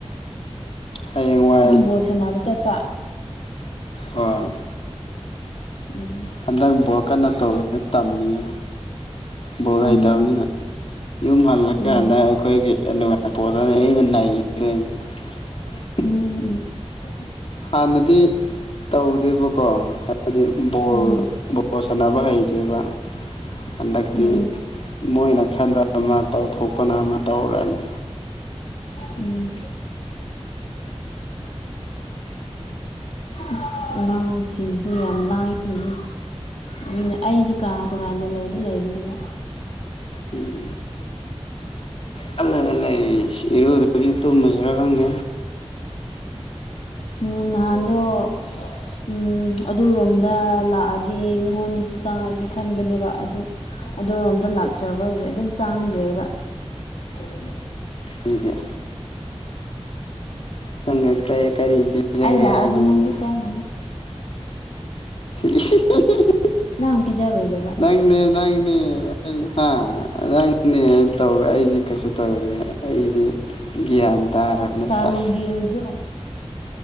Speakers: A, on the left; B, on the left.
A: ꯍꯌꯦꯡꯋꯥꯏ
B: ꯅꯪ ꯕꯣꯜ ꯁꯥꯟꯅꯕ ꯆꯠꯄ꯭ꯔꯥ
A: ꯑꯥ
B: ꯎꯝ
A: ꯍꯟꯗꯛ ꯕꯣꯠ ꯀꯟꯅ ꯇꯧꯔꯤꯌ‌ꯦ ꯇꯝꯃꯤꯌꯦ ꯕꯣꯜ ꯍꯩꯇꯕꯅꯤꯅ
B: ꯎꯝ
A: ꯌꯨꯝ ꯍꯜꯂꯀꯥꯟꯗ
B: ꯎꯝ
A: ꯑꯩꯈꯣꯏꯒꯤ ꯑꯏ <unintelligible> ꯄꯣꯠꯅꯤ ꯑꯩꯅ ꯅꯅꯤ <unintelligible>
B: ꯎꯝ ꯎꯝ ꯎꯝ
A: ꯍꯥꯟꯅꯗꯤ ꯇꯧꯗꯦꯕꯀꯣ ꯍꯥꯏꯕꯗꯤ ꯕꯣꯜ
B: ꯎꯝ
A: ꯕ‌ꫭꯜ ꯕꫭꯜ ꯁꯥꯟꯅꯕ ꯍꯩꯇꯦꯕ ꯍꯟꯗꯛꯇꯤ
B: ꯎꯝ
A: ꯃꯣꯏꯅ ꯈꯟꯕꯅꯥ ꯑꯃꯥ ꯇꯧꯊꯣꯛꯄꯅꯥ ꯑꯃꯥ ꯇꯧꯔꯅꯤ
B: ꯎꯝ ꯑꯁ ꯑꯉꯥꯡꯁꯤꯡꯁ‌ꯦ ꯌꯥꯝ ꯂꯥꯡꯉꯅꯤꯍ‌ꯦ ꯑꯩꯅꯥ ꯑꯩꯗꯤ ꯀꯥ ꯊꫭꯉꯥꯟꯅꯥ ꯂꯩꯗꯤ ꯂꯩꯕꯅꯦꯕ
A: ꯎꯝ ꯈꯜꯂꯒꯥ ꯂꯩ ꯏꯁ ꯏꯔꯨꯗꯕꯤ ꯇꯨꯝꯃꯁꯤꯔꯥ ꯈꯪꯗꯦ
B: ꯎꯝ ꯅꯥꯍꯥꯟꯗꫭ ꯎꯝ ꯑꯗꯨꯔꯣꯝꯗ ꯂꯥꯛꯑꯗꯤ ꯅꯉꯣꯟꯗꯁꯨ ꯆꯥꯡꯉꯛꯒ‌ꯦ ꯈꯟꯕꯅꯦꯕ ꯑꯗꯨ ꯑꯗꯨꯔꯣꯝꯗ ꯂꯥꯛꯇ꯭ꯔꯥꯕꯒꯤ ꯑꯗꯨꯝ ꯆꯥꯡꯗ꯭ꯔꯦꯕ ꯑꯣ <unintelligible> <unintelligible>
A: ꯄꯤꯗ‌ꯦ ꯆꯪꯉꯛꯈ꯭ꯔꯦ ꯀꯔꯤ ꯄꯤꯖꯒꯦ
B: ꯑꯩ ꯂꯥꯛꯑꯗꯤ
A: ꯍꯥꯏꯅ ꯑꯩꯒꯤ
B: ꯅꯪꯁꯦ ꯏꯀꯥꯏꯅꯤꯗ
A: ꯑꯦ <unintelligible>
B: ꯅꯪ ꯄꯤꯖꯔꯣꯏꯗꯕ
A: ꯅꯪꯪꯅꯦ ꯅꯪꯅꯦ ꯍꯥ ꯅꯪꯅ‌ꯦ ꯇꯧ ꯑꯩꯗꯤ ꯀꯩꯁꯨ ꯇꯧꯔꫭꯏꯌ‌ꯦ ꯑꯩꯗꯤ ꯒ꯭ꯌꯥꯟ ꯇꯥꯔꯔꯕꯅꯦ
B: ꯆꯥ
A: ꯆꯁ
B: ꯂꯨꯝꯕꯤꯔꯣꯏꯗ꯭ꯔꯣ